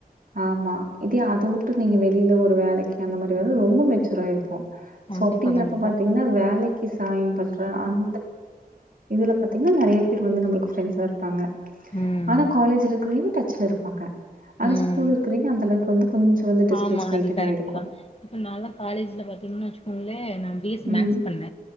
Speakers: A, on the right; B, on the left.
A: ஆமா இதே அத வுட்டு நீங்க வெளிய இந்த ஒரு வேலைக்கு அந்த மாரி வேல ரொம்ப மெச்சூரா இருப்போம்
B: கண்டிப்பா
A: சோ அப்பிடிங்கறப்ப
B: கண்டிப்பா
A: பாத்தீங்கன்னா வேலைக்கு ஜாயின் பண்ற அந் இதுல பாத்தீங்கன்னா நறைய பேர் வந்து நம்புளுக்கு ஃபரண்ட்ஸா இருப்பாங்க
B: ம்
A: அன்னா காலேஜ்ல இருக்குறே டச்ல இருப்பாங்க ஆனா
B: ம்
A: ஸ்கூல்ல இருக்கறீங்க அந்த அளவுக்கு வந்து கொஞ்சம் வந்து டிஸ்டன்ஸ்
B: ஆமா
A: மெயின்டெயின்
B: அது கரெக்ட்
A: ஆயிருக்கும்.
B: தான் இப்ப நான்லா காலேஜ்ல பாத்தீங்கன்னா வச்சுக்கோங்களே நம் பிஎஸ்சி
A: ம்.
B: மேக்ஸ் பண்ண